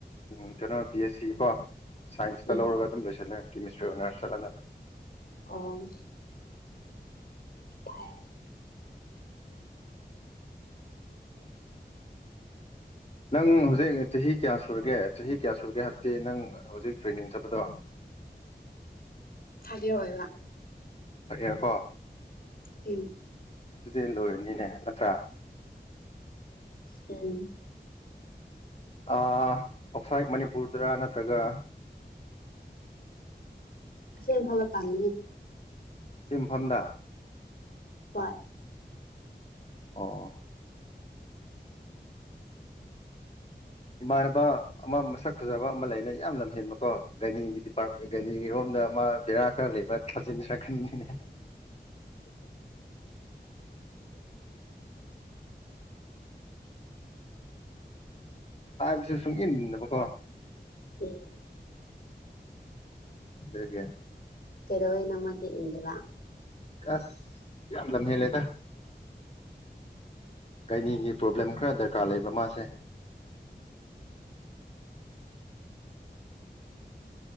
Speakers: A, on the left; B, on the left.
A: ꯎꯝ ꯀꯩꯅꯣ ꯕꯤ ꯑꯦꯁ ꯁꯤ ꯀꯣ ꯁꯥꯏꯟꯁꯇ
B: ꯎꯝ
A: ꯂꯧꯔꯒ ꯑꯗꯨꯝ ꯂꯣꯏꯁꯤꯜꯂꯦ꯫ ꯀꯦꯃꯤꯁꯇ꯭ꯔꯤ ꯑꯣꯅꯔꯁ ꯆꯠꯂꯅꯤ꯫
B: ꯑꯥ ꯎꯝ ꯑꯧ
A: ꯅꯪ ꯍꯧꯖꯤꯛ ꯆꯍꯤ ꯀꯌꯥ ꯁꯨꯔꯒꯦ ꯆꯍꯤ ꯀꯌꯥ ꯁꯨꯔꯒꯦ ꯍꯥꯏꯕꯗꯤ ꯅꯪ ꯍꯧꯖꯤꯛ ꯇ꯭ꯔꯦꯅꯤꯡ ꯆꯠꯄꯗꯣ꯫
B: ꯊ꯭ꯔꯥꯠ ꯌꯤꯌ꯭ꯔ ꯑꯣꯏꯕ꯫
A: ꯊ꯭ꯔꯥꯠ ꯌꯤꯌ꯭ꯔ ꯀꯣ꯫
B: ꯎꯝ
A: ꯑꯗꯨꯗꯤ ꯂꯣꯏꯔꯅꯤꯅꯦ ꯅꯠꯇ꯭ꯔꯥ꯫
B: ꯎꯝ
A: ꯑꯥ ꯑꯣꯠꯁꯥꯏꯠ ꯃꯅꯤꯄꯨꯔꯗꯔ ꯅꯠꯇ꯭ꯔꯒ
B: ꯑꯁꯤ ꯏꯝꯐꯥꯂꯗ ꯇꯝ ꯕꯅꯦ꯫
A: ꯁꯤꯟꯐꯝꯗ
B: ꯍꯣꯏ꯫
A: ꯑꯣ- ꯏꯃꯥꯟꯅꯕ ꯑꯃ ꯃꯁꯛ ꯐꯖꯕ ꯑꯃ ꯂꯩꯅꯦ ꯌꯥꯝ ꯂꯝꯍꯦꯟꯕꯀꯣ ꯒꯅꯤꯒꯤ ꯗꯤꯄꯥꯔꯠꯦꯟ ꯒꯅꯤꯒꯤꯔꯣꯝꯗ ꯑꯃ ꯕꯦꯔꯥ ꯈꯔ ꯂꯩꯕ ꯊꯥꯖꯤꯟꯁꯤꯔ ꯈꯟꯕꯅꯤꯅꯦ꯫ ꯍꯥꯏ ꯕꯁꯨ ꯁꯨꯡꯏꯟꯏꯟꯗꯕꯣꯀꯣ
B: ꯎꯝ
A: ꯗꯨꯒꯤ
B: ꯀꯦꯗꯧꯔꯦ ꯅꯃꯗꯤ ꯏꯗꯥ
A: ꯑꯁ ꯌꯥꯝ ꯂꯝꯍꯦꯟ ꯂꯦꯗ꯫ ꯒꯥꯏꯅꯤꯒꯤ
B: ꯑꯣ
A: ꯄꯔꯣꯕꯂꯦꯝ ꯈꯔꯗ ꯗꯔꯀꯥꯔ ꯂꯩꯕ ꯃꯥꯁꯦ꯫